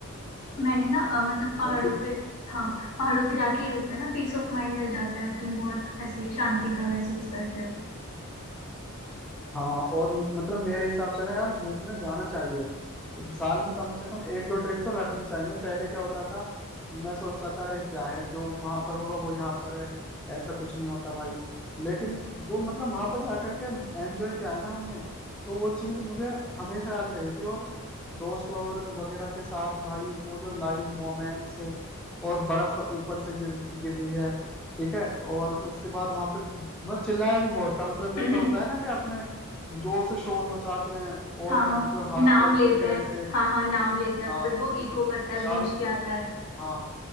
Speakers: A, on the left; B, in the centre.
A: मैंने ना अ, मतलब पहाड़ों
B: बाकी
A: पे हाँ पहाड़ों पे जाके ही होता है ना पीस ऑफ माइंड मिल जाता है तुम बहुत ऐसे शांति का महसूस करते हो
B: हाँ और म- मतलब मेरे हिसाब से ना यार घूमने जाना चाहिए साल में कम से कम एक दो ट्रिप तो रखनी चाहिए पहले क्या होता था मैं सोचता था अरे क्या है जो वहां पर होगा वो यहाँ पर है ऐसा कुछ नहीं होता भाई लेकिन जो मतलब वहां पर जाकर के एंजॉय किया है ना हमने तो वो चीज मुझे हमेशा याद रहेगी और दोस्त वगर- वगैरह के साथ भाई वो जो लाइव मोमेंट्स और बर्फ ऊपर से गिर गिर रही है ठीक है और उसके बाद वहां पे मैं चिल्लाया भी बहुत था मतलब जैसा
A: हम्म।
B: होता है ना कि अपने जोर से शोर मचाते हैं
A: <laughs>
B: और
A: हाँ
B: मतलब हाथ
A: नाम
B: खोल
A: लेते
B: करके
A: हैं
B: ऐसे
A: हाँ हाँ नाम लेते हैं
B: हाँ
A: फिर वो इको करता है
B: शाहरुख
A: गूंज के आता है
B: हाँ